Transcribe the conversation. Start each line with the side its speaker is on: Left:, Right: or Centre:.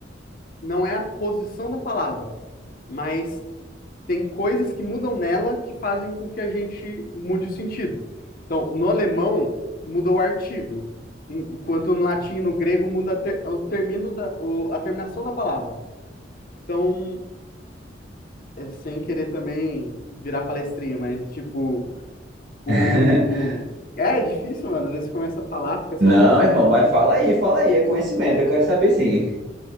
Left: não é a posição da palavra, mas tem coisas que mudam nela que fazem com que a gente mude o sentido. Então, no alemão, mudou o artigo, enquanto no latim e no grego muda a ter- o termino da, o- a terminação da palavra. Então, é, sem querer também virar palestrinha, mas tipo, o.
Right: <laughs>
Left: É, é difícil, mano. Às vezes você começa a falar, fica só
Right: Não,
Left: você,
Right: irmão,
Left: é
Right: mas
Left: complicado.
Right: fala aí, fala aí, é conhecimento, eu quero saber sim.